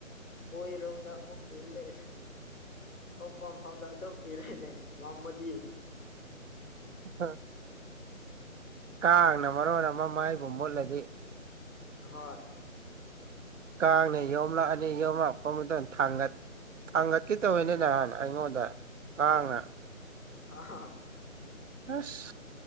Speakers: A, on the left (about 75°); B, on the right (about 65°).
A: ꯑꯣꯏꯔꯣꯝꯗꯃꯨꯛ ꯏꯜꯂꯦ ꯑꯇꯣꯞꯄ ꯃꯐꯝꯗ ꯑꯗꯨꯝ ꯏꯔꯦꯅꯦ ꯉꯝꯃꯗꯤ
B: ꯑ ꯀꯥꯡꯅ ꯃꯔꯣꯟ ꯑꯃ ꯃꯥꯏꯕꯨ ꯃꯨꯠꯂꯗꯤ
A: ꯍꯣꯏ
B: ꯀꯥꯡꯅ ꯌꯣꯝꯂꯛꯑꯅꯤ ꯌꯣꯝꯂꯛꯄ ꯃꯇꯨꯡ ꯊꯥꯡꯒꯠꯈꯤ ꯇꯧꯕꯅꯤ ꯅꯍꯥꯟ ꯑꯩꯉꯣꯟꯗ ꯀꯥꯉ
A: ꯍꯥ
B: ꯑꯁ